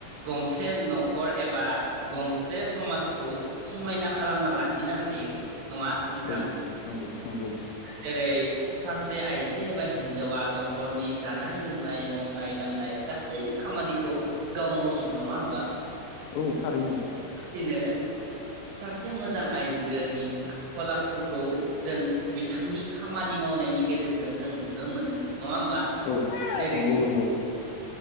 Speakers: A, on the right (about 85°); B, on the left (about 80°).
A: गंसे न'खर एबा गंसे समाजखौ समायना खालामना लाखिनो हायो नङा नोंथां
B: औ
A: ।
B: नंगौ नंगौ।
A: जेरै सासे आइजो एबा हिन्जावा न'खरनि जानाय लोंनाय मावनाय दांनाय गासै खामानिखौ गाव मावजोबो नङा होमबा ।
B: औ थारैनो।
A: बिदिनो सासे मोजां आइजोनि आखल आखुखौ जों बिथांनि खामानि मावनायनि गेजेरजों जों नुनो मोनो । नङा होमबा
B: औ
A: जेरै
B: नंगौ
A: स
B: नंगौ